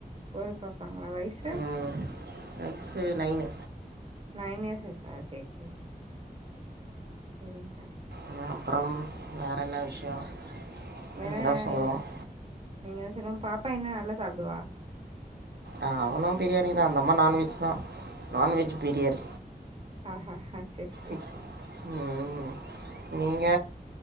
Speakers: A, on the right (about 35°); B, on the right (about 80°).
A: ஒரு பாப்பாங்களா வயசு
B: உம் வயசு நைனு
A: நைன் இயர்ஸ் ஆச்சா செரி செரி செரி செரிங்க
B: அ அப்புறம் வேற என்ன விஷயம்
A: வேற
B: நீங்கள் தான் சொல்லணும்
A: நீங்க நீங்கதா சொல்லணு பாப்பா என்ன நல்லா சாப்டுவா
B: அ அவனும் பிரியாணி தா அந்தம்மா நான்வெஜ் தா நான்வெஜ் பிரியர்
A: ஆஹா ஹா சேரி சேரி
B: உம்
A: சேரிங்க்கா
B: உம் நீங்க